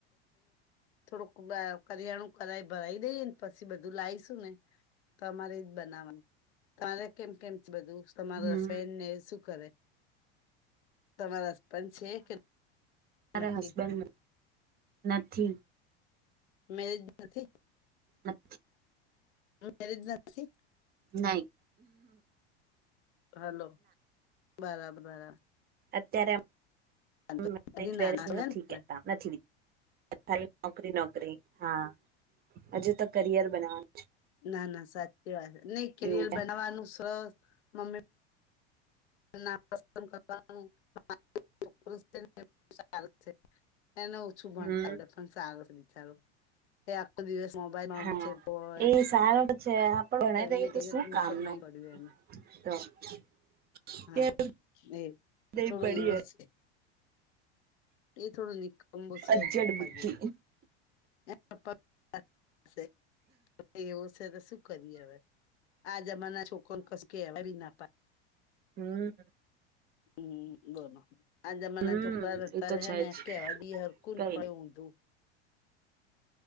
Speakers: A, on the left; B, on the right.
A: થોડુંક કરિયાણું કરાય ભરાઈ દઈએ ને પછી બધું લાવીશું ને તમારે જ બનાવાનું તમારે કેમ કેમ બધું તમારા
B: હમ
A: ફેન ને શું કરે તમાર પં છે કે
B: અમારા
A: નથી
B: હસબન્ડ નથી
A: મે જ નથી
B: અચ
A: મેરેજ નથી
B: ના હ
A: હલો બરાબર બરાબર
B: અત્યારેએમ
A: વાંધો
B: <unintelligible>
A: નઈ હજી નાના છો એમ
B: નથી
A: તમે
B: કેતા નથી અત્યારે નોકરી નોકરી હા હજુ તો કરિયર બનાવાનું
A: ના ના સાચી વાત નહી કેરિયર
B: એવું છે
A: બનાવવાનું સ મમ્મી <unintelligible> કરવાનું સારું એને ઓછું ભણતા
B: હમ
A: આપડે પણ સારો છે બિચારો એ દિવસ મોબાઈલમાં
B: હા
A: મચેડ તો હોય
B: એ સારો છે પણ ભણાઈ
A: ફ
B: રહી તો શું કામ
A: નહી
B: ન
A: પડ્યું એને
B: તો
A: હા
B: કેમ
A: એ
B: નહી
A: થોડો
B: પડી
A: એવોસે એ થોડો નિકખમ બો છે
B: અજડ
A: એના પપ્પા
B: બુદ્ધિ
A: જેઓ એ પપ્પા <unintelligible> એવું છે તો શું કરીએ હવે આ જમાના છોકનેક કશું કેવાય ના પાડે
B: હમ
A: હમ <unintelligible> આ જમાના
B: હમ
A: છોકરા અત્યારે
B: એ તો
A: હેને
B: છે જ
A: કેવાયબી હરખું
B: કઈ
A: તોય ઊંધુ